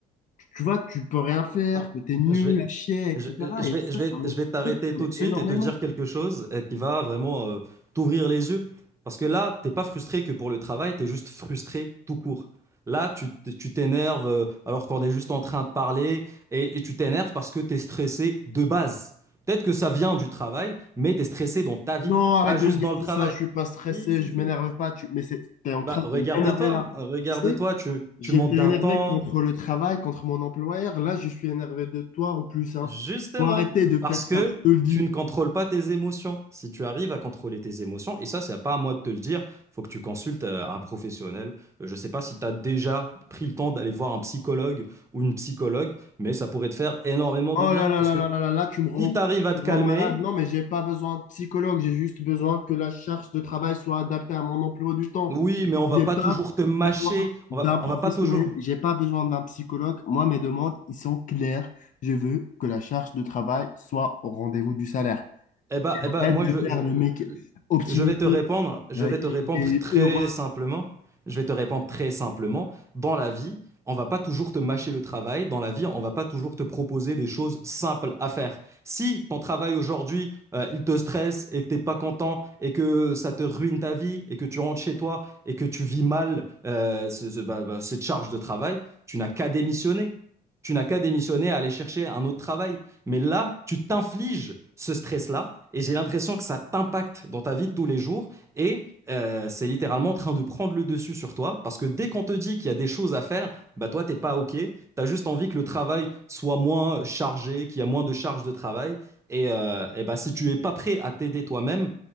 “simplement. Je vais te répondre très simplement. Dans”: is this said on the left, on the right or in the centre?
Right